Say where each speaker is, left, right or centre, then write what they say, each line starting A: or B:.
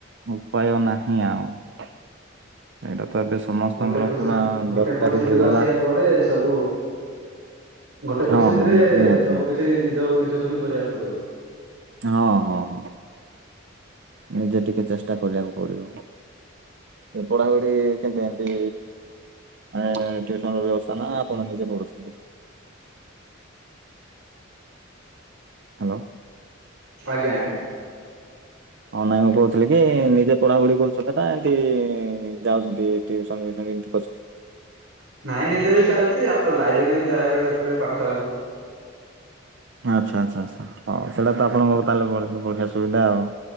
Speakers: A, on the right (about 60°); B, on the right (about 85°).
A: ଉପାୟ ନାହିଁ ଆଉ ସେଇଡା ତ ଏବେ ସମସ୍ତଙ୍କର
B: ଗୋଟେ ପରିସ୍ଥିତି
A: ପୁରା
B: ଗୋଟେ
A: ଦରକାରୀ
B: ପରିସ୍ଥିତିକୁ
A: ହେଇଗଲା।
B: ଆସିବା ପରେ ସବୁ ଗୋଟେ ପରିସ୍ଥିତିରେ
A: ହଁ ହଁ ନିହାତି
B: ସବୁ
A: ନିହାତି
B: କିଛି ନିଜକୁ ନିଜକୁ ହିଁ କରିବାକୁ ପଡିବ।
A: ହଁ ହଁ ହଁ ନିଜେ ଟିକେ ଚେଷ୍ଟା କରିବାକୁ ପଡିବ। ଏଁ ପଢାପଢି କେମିତି ଏମିତି ଆଁ ଟିଉସନ୍ ର ବ୍ୟବସ୍ଥା ନା କଣ ନିଜେ ପଢ଼ୁଛନ୍ତି। ହାଲୋ।
B: ଆଜ୍ଞା ଆଜ୍ଞା।
A: ହଁ ନାଇଁ ମୁଁ କୋହୁଥିଲି କି ନିଜେ ପଢାପଢି କରୁଛନ୍ତି ନା ଏମିତି ଯାଉଛନ୍ତିୁ ଟିଉସନ୍ ଫିଉସନ୍ ଏମିତି
B: ନାଇଁ ନିଜେ ବି ଚାଲିଚି ଆଉ ଲାଇବେରୀ ବି ଯାଏ ବେଳେ ବେଳେ ପାଠଶାଳା କୁ।
A: ଆଚ୍ଛା ଆଚ୍ଛା ଆଚ୍ଛା ହଉ ସେଇଟା ତ ଆପଣଙ୍କ ତାହେଲେ ବଢ଼ି ବଢିଆ ସୁବିଧା ଆଉ।